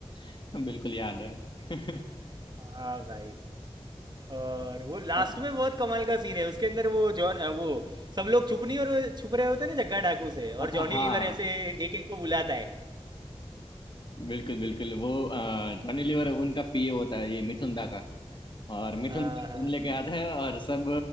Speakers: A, on the left; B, on the right.
A: <laughs> बिल्कुल याद है <laughs>
B: हाँ भाई और वो लास्ट
A: और
B: में बहुत कमाल का सीन है उसके अंदर वो जॉन अ, वो सब लोग छुप नहीं और वो छुप रहे होते हैं ना जग्गा डाकू से और
A: अच्छा
B: जॉनी
A: हाँ
B: लीवर ऐसे एक एक को बुलाता है
A: बिल्कुल बिल्कुल वो अ, जॉनी लीवर उनका पीए होता है ये मिथुन दा का और मिथुन
B: हाँ
A: फोन
B: हाँ
A: लेके आता है और सब